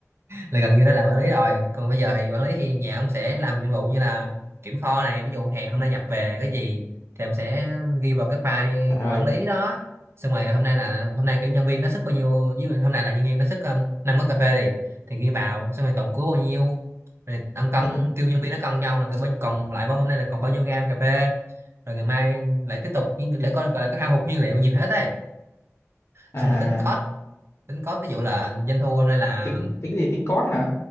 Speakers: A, on the right; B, on the left.
A: là gần như đã làm quản lý rồi còn bây giờ thì quản lý thì nhà ông sẽ làm nhiệm vụ như là kiểm kho này ví dụ hàng
B: Ừ.
A: hôm nay nhập về cái gì thì ông sẽ ghi vào cái file
B: Trời ơi.
A: quản lý đó xong rồi hôm nay là hôm nay kiểu nhân viên nó sức bao nhiêu ví dụ hôm nay là nhân viên nó sức um, 5 cốc cà phê đi thì ghi vào xong rồi tổng cuối bao nhiêu rồi ông cân
B: <laughs>
A: kêu nhân viên nó cân cho ông là cái bên còn lại bao hôm nay là còn bao nhiêu gam cà phê rồi ngày mai lại tiếp tục nhưng để coi coi là có hao hụt nhiên liệu nhiều hết ấy
B: À,
A: xong rồi tính cost
B: à,
A: tính cost ví dụ là doanh thu hôm nay là
B: tính tính gì? Tính code hả?